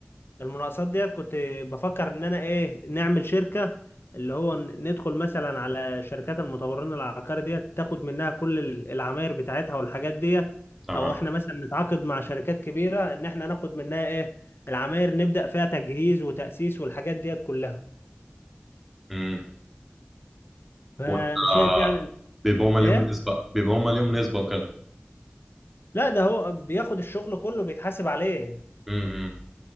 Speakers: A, on the left; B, in the centre.
A: المناقصات ديت كنت بفكر ان انا ايه نعمل شركة اللي هو ن- ندخل مثلا على شركات المطورين العقاري ديت تاخد منها كل ال- العماير بتاعتها والحاجات ديت
B: تمام
A: او احنا مثلا نتعاقد مع شركات كبيرة ان احنا ناخد منها ايه العماير نبدأ فيها تجهيز وتأسيس والحاجات ديت كلها
B: امم
A: فانا
B: وانت
A: شايف
B: آه،
A: يعني
B: بيبقوا هم ليهم
A: ايه
B: نسبة بيبقوا هم ليهم نسبة وكده
A: لا ده هو بياخد الشغل كله بيتحاسب عليه
B: امم إمم.